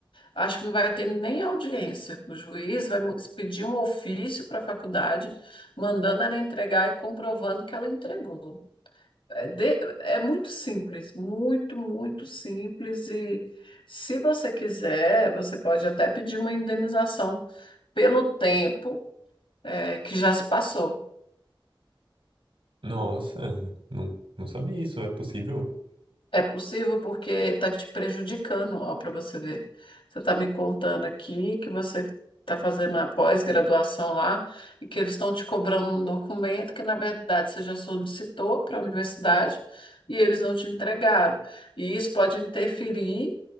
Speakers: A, on the left (about 85°); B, on the right (about 85°).
A: acho que não vai ter nem audiência. O juiz vai mu- pedir um ofício para a faculdade, mandando ela entregar e comprovando que ela entregou. É, de- é muito simples, muito, muito simples. E se você quiser, você pode até pedir uma indenização pelo tempo, é, que já se passou.
B: Nossa, não, não sabia isso. É possível?
A: É possível porque está te prejudicando, ó, para você ver. Você está me contando aqui que você está fazendo a pós-graduação lá e que eles estão te cobrando um documento que, na verdade, você já solicitou para a universidade e eles não te entregaram. E isso pode interferir